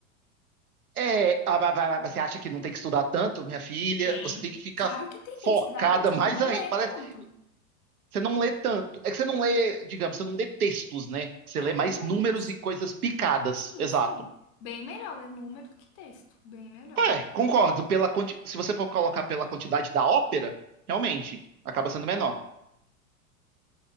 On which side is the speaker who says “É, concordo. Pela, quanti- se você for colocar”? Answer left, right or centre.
Right